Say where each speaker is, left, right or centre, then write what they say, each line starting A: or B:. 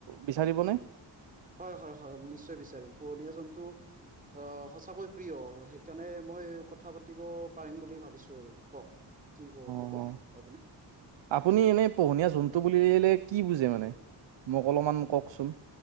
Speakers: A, on the right; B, on the right.
A: বিচাৰিবনে?
B: হয় হয় হয় নিশ্চয় বিচাৰিম। পোহণীয়া জন্তু অঁ সঁচাকৈ প্ৰিয় সেইকাৰণে মই কথা পাতিব পাৰিম বুলি ভাবিছো, কওক কি ক
A: অ
B: ক'ব
A: অ
B: আপুনি?
A: আপুনি এনেই পোহনীয়া জন্তু বুলিলে কি বুজে মানে মোক অলপমান কওকচোন।